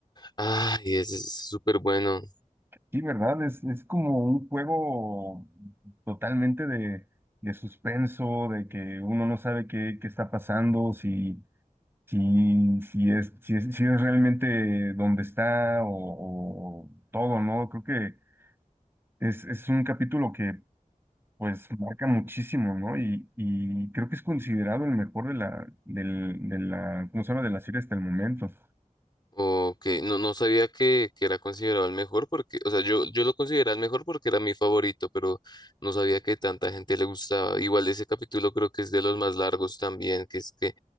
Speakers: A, on the left; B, on the right.
A: Ay, ese es súper bueno.
B: Sí, ¿verdad? Es, es como un juego totalmente de, de suspenso, de que uno no sabe qué, qué está pasando, si, si, si es, si es, si es realmente donde está o, o todo, ¿no? Creo que es, es un capítulo que pues marca muchísimo, ¿no? Y, y creo que es considerado el mejor de la, del, de la, ¿cómo se llama? De la serie hasta el momento.
A: Ok, no, no sabía que, que era considerado el mejor porque, o sea, yo, yo lo consideraba el mejor porque era mi favorito, pero no sabía que tanta gente le gustaba. Igual ese capítulo creo que es de los más largos también, que es que,